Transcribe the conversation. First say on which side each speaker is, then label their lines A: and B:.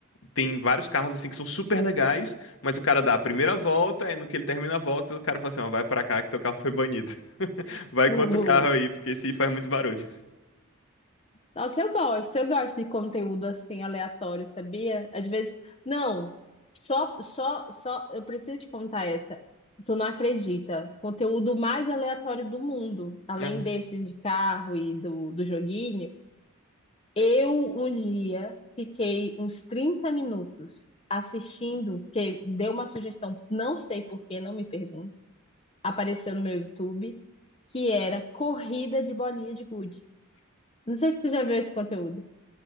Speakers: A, on the left; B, on the left.
A: tem vários carros assim que são super legais, mas o cara dá a primeira volta, e no que ele termina a volta, o cara fala assim, ó, vai pra cá que teu carro foi banido. <laughs> Vai
B: Uh,
A: com outro carro aí, porque esse aí faz muito barulho.
B: Nossa, eu gosto, eu gosto de conteúdo assim aleatório, sabia? Às vezes, não, só, só, só, eu preciso te contar essa. Tu não acredita? Conteúdo mais aleatório do mundo, além
A: <laughs>
B: desses de carro e do, do joguinho. Eu um dia fiquei uns 30 minutos assistindo, que deu uma sugestão, não sei por que, não me pergunte, apareceu no meu YouTube, que era corrida de bolinha de gude. Não sei se tu já viu esse conteúdo.